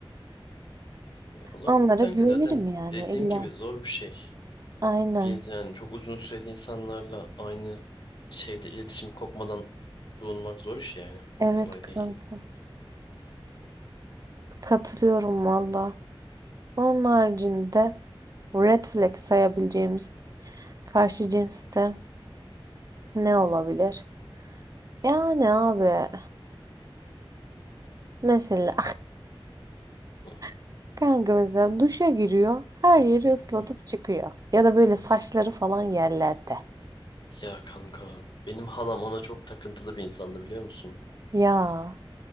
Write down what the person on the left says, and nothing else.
Ya olabilir
kanki
zaten
dediğim
gibi zor bir şey.
Biz yani çok uzun süreli insanlarla aynı şeyde iletişim kopmadan bulunmak zor iş yani.
Kolay
değil.
Hı
hı.
Ya kanka benim halam ona çok takıntılı bir insandı biliyor musun?